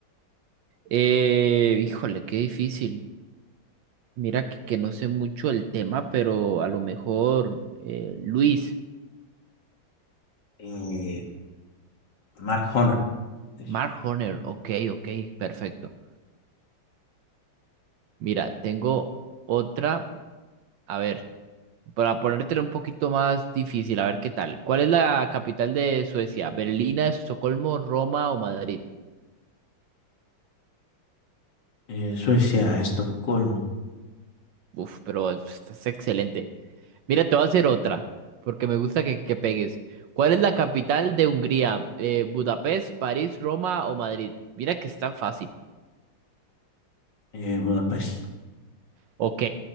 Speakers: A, on the right; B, on the left.
A: Eh, híjole, qué difícil. Mira que, que no sé mucho el tema, pero a lo mejor eh, Luis,
B: Eh, Mark Honor. de hecho.
A: Mark Horner. Ok, ok, perfecto. Mira, tengo otra. A ver. Para ponértelo un poquito más difícil, a ver qué tal. ¿Cuál es la capital de Suecia? ¿Berlina, Estocolmo, Roma o Madrid?
B: Eh, Suecia, Estocolmo,
A: Uf, pero estás excelente. Mira, te voy a hacer otra, porque me gusta que, que pegues. ¿Cuál es la capital de Hungría? Eh, ¿Budapest, París, Roma o Madrid? Mira que es tan fácil.
B: eh, Budapest.
A: Ok.